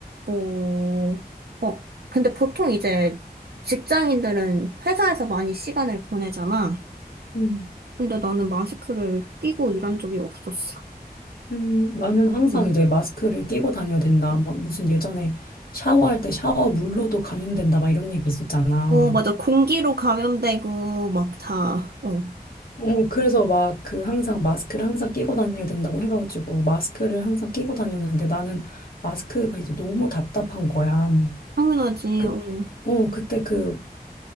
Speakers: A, on the right; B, on the left.
A: 뭐, 어, 근데 보통 이제 직장인들은 회사에서 많이 시간을 보내잖아.
B: 음,
A: 근데 나는 마스크를 끼고 일한 적이 없었어.
B: 음, 나는 항상
A: 응.
B: 이제 마스크를 끼고 다녀야 된다. 막 무슨 예전에 샤워할 때 샤워 물로도 감염된다. 막 이런 얘기 있었잖아.
A: 어, 맞아. 공기로 감염되고, 막 다, 어.
B: 어, 그래서 막 그 항상 마스크를 항상 끼고 다녀야 된다고 해가지고 마스크를 항상 끼고 다녔는데 나는 마스크가 이제 너무 답답한 거야.
A: 당연하지,
B: 그,
A: 어.
B: 어, 그때 그